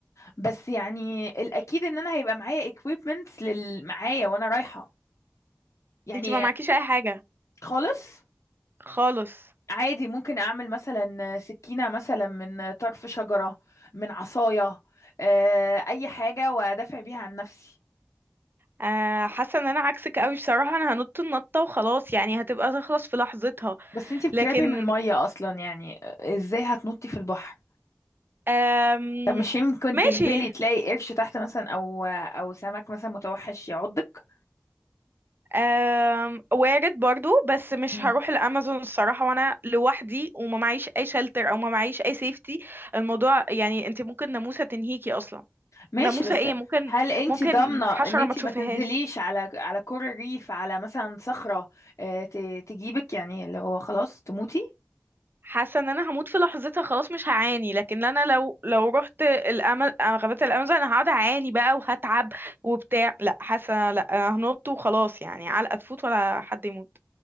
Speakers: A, on the left (about 65°); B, on the right (about 40°).
A: بس يعني الاكيد ان انا هيبقى معايا equipments لل معايا وانا رايحه يعني
B: انت ما معكيش اي حاجة
A: خالص
B: خالص
A: عادي ممكن اعمل مثلا سكينة مثلا من طرف شجرة من عصاية آه، اي حاجة وادافع بيها عن نفسي
B: آه حاسة ان انا عكسك قوي بصراحة انا هنط النطة وخلاص يعني هتبقى تخلص في لحظتها
A: بس انتي بتقربي
B: لكن
A: من المية اصلا يعني ازاي هتنطي في البحر
B: آم
A: طب مش يمكن
B: ماشي
A: تنزلي تلاقي قرش تحت مثلا او او سمك مثلا متوحش يعضك
B: آم وارد برضو بس مش
A: مم.
B: هروح الامازون الصراحة وانا لوحدي وما معيش اي شلتر او ما معيش اي سيفتي الموضوع يعني انت ممكن ناموسة تنهيكي اصلا
A: ماشي
B: ناموسة
A: بس
B: ايه ممكن
A: هل انت
B: ممكن
A: ضامنة
B: حشرة
A: ان انت
B: ما تشوفهاش
A: ما تنزليش على على كور الريف على مثلا صخرة آه، ت- تجيبك يعني اللي هو خلاص تموتي
B: حاسه ان انا هموت في لحظتها خلاص مش هعاني لكن انا لو لو رحت الأما... غابة الامازون انا هقعد اعاني بقى وهتعب وبتاع لا حاسه لا انا هنط وخلاص يعني علقه تفوت ولا حد يموت